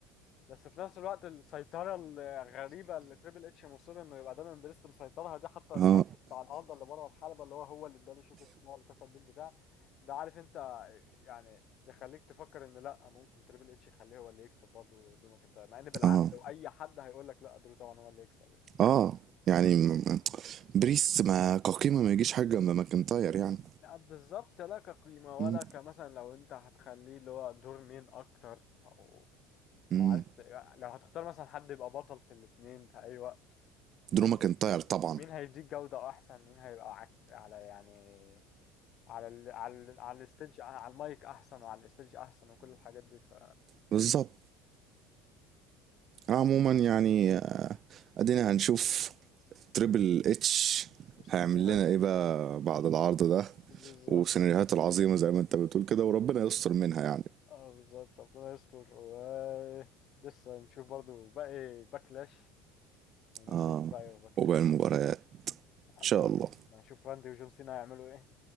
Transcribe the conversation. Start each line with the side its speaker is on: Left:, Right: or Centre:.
Left: بس في نفس الوقت السيطرة الغريبة اللي تريبل اتش مصر انه يبقى دايما بريست مسيطرها دي حتى الموقف
Right: اه
Left: بتاع النهارده اللي بره الحلبة اللي هو هو اللي اداله شوك اسمه هو اللي كسر بيه البتاع ده عارف انت يعني يخليك تفكر ان لا ممكن تريبل اتش يخليه هو اللي يكسب برضه درو ماكنتاير مع ان بالعقل
Right: اه
Left: واي حد هيقول لك لا درو طبعا هو اللي يكسب يعني.
Right: اه يعني م- م- بريست ما كقيمة ما يجيش حاجة جنب ماكنتاير يعني
Left: لا بالظبط لا كقيمة
Right: مم.
Left: ولا كمثلا لو انت هتخليه اللي هو دور مين اكتر او
Right: مم.
Left: او عارف لو هتختار مثلا حد يبقى بطل في الاتنين في اي وقت يعني
Right: درو ماكنتاير طبعا
Left: مين هيديك جودة أحسن مين هيبقى عك... على يعني على ال... على ال... على الستيج على المايك أحسن وعلى الستيج أحسن وكل الحاجات دي ف...
Right: بالظبط عموما يعني آه، ادينا هنشوف تريبل اتش
Left: وسيناريوهاته
Right: هيعمل لنا ايه بقى بعد العرض ده
Left: بالظبط
Right: وسيناريوهات العظيمة زي ما انت بتقول كده وربنا يستر منها يعني
Left: اه بالظبط ربنا يستر و لسه نشوف برضو باقي باكلاش وماتشات
Right: اه
Left: الباقي وباكلاش
Right: وباقي المباريات ان
Left: اما
Right: شاء
Left: نشوف
Right: الله
Left: ما نشوف راندي وجون سينا هيعملوا ايه